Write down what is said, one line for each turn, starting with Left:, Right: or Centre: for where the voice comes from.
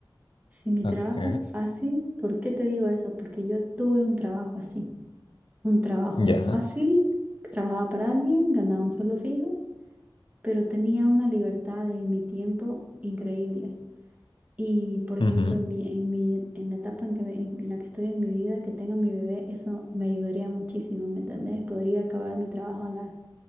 Right: Si mi
Left: ok,
Right: trabajo es fácil, ¿por qué te digo eso? Porque yo tuve un trabajo así. Un trabajo
Left: ya.
Right: fácil, trabajaba para alguien, ganaba un sueldo fijo pero tenía una libertad de mi tiempo increíble. Y por ejemplo,
Left: ujú,
Right: en mi, en mi, en la etapa en que me- en la que estoy en mi vida, que tenga mi bebé, eso me ayudaría muchísimo, ¿me entendés? Podría acabar mi trabajo a las,